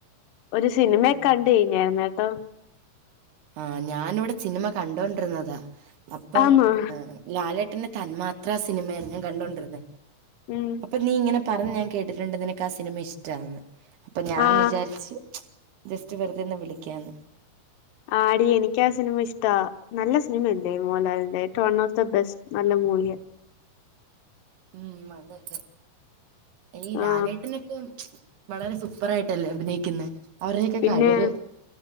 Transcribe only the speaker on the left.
ഒരു സിനിമയൊക്കെ
കണ്ട് കഴിഞ്ഞായിരുന്നേട്ടോ
ആന്നോ
ഉം
ആ
ആടി എനിക്ക് ആ സിനിമ ഇഷ്ടാ നല്ല സിനിമയല്ലേ മോഹൻലാലിന്റെ it one of the best നല്ല മൂവിയ
ആ
പിന്നെ